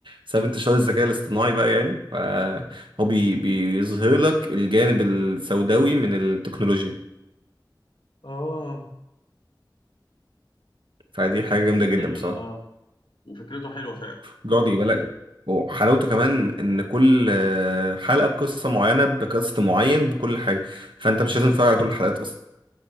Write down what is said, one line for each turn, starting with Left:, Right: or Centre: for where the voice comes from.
Right: بسبب انتشار الذكاء الاصطناعي بقى يعني فهو بي بيظهر لك الجانب السوداوي من التكنولوجيا
Left: اه
Right: فدي حاجة جامدة جدا
Left: حلو
Right: بصراحة
Left: ده اه وفكرته حلوه فعلا
Right: بيقعد يجيب لك وحلاوته كمان ان كل آه، حلقة بقصة معينة بكاست معين بكل حاجة فانت مش لازم تتفرج على كل الحلقات اصلا